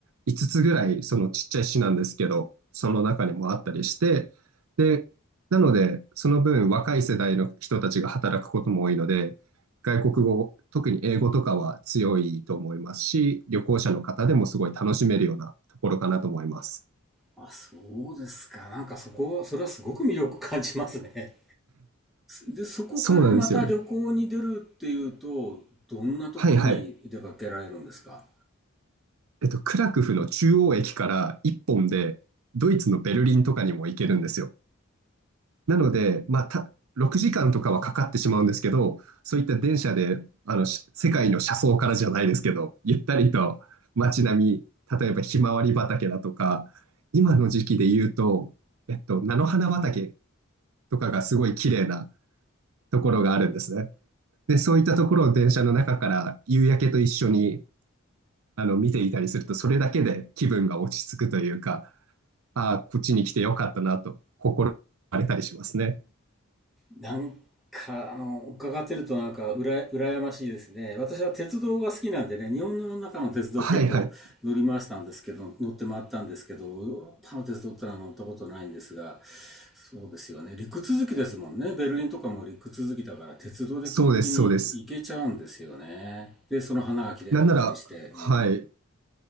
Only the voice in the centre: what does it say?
あ、そうですか。なんかそこは、それはすごく魅力感じますね。で、そこからまた旅行に出るっていうと、
どんなところに出かけられるんですか
なんか、あの、伺ってるとなんか、うら、羨ましいですね。私は鉄道が好きなんでね、日本の中の鉄道結構乗り回したんですけど、
乗って回ったんですけど、ヨーロッパの鉄道ってのは乗ったことないんですが、そうですよね。陸続きですもんね。ベルリンとかも陸続きだから、鉄道で基本的に行けちゃうんですよね。
で、その花が綺麗だったりして、
うん。